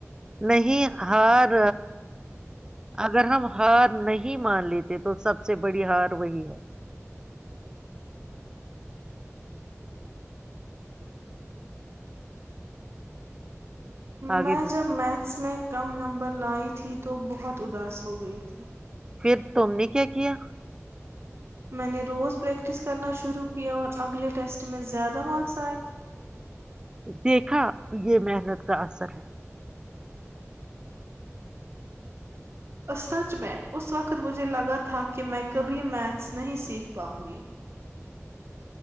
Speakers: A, on the right; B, on the right.
A: نہیں ہار اگر ہم ہار نہیں مان لیتے تو سب سے بڑی ہار وہی ہے آگے
B: میں
A: بڑھ
B: جب میتھس میں کم نمبر لائی تھی تو بہت اداس ہو گئی تھی
A: پھر تم نے کیا کیا
B: میں نے روز پریکٹس کرنا شروع کیا اور اگلے ٹیسٹ میں زیادہ مارکس آئے
A: دیکھا یہ محنت کا اثر ہے
B: اور سچ میں اس وقت مجھے لگا تھا کہ میں کبھی میتھس نہیں سیکھ پاؤں گی